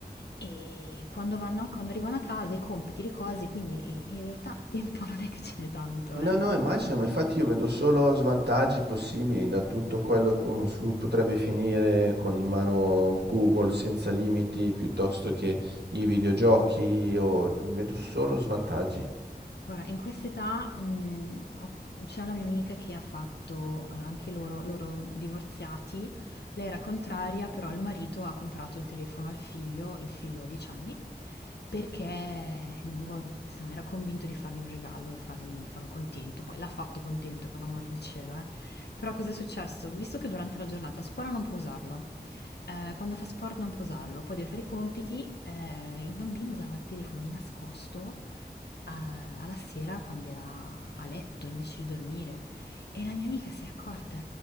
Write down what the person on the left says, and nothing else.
E quando, vanno a- quando arrivano a casa i compiti, le cose, quindi eh, in realtà tempo <laughs> non è che ce n'è tanto,
eh.
Guarda, in quest'età, mhmm, ho c'è una mia amica che ha fatto allora anche loro loro divorziati, lei era contraria, però il marito ha comprato il telefono al figlio, il figlio ha 10 anni, perché vo insomma era convinto di fargli un regalo e fargli farlo contento. Poi l'ha fatto contento, per l'amor del cielo, eh. Però cos'è successo? Visto che durante la giornata a scuola non può usarlo, ehm, quando fa sport non può usarlo, poi deve fare i compiti, ehm, il bambino usava il telefono di nascosto a- alla sera quando era a letto invece di dormire e la mia amica si è accorta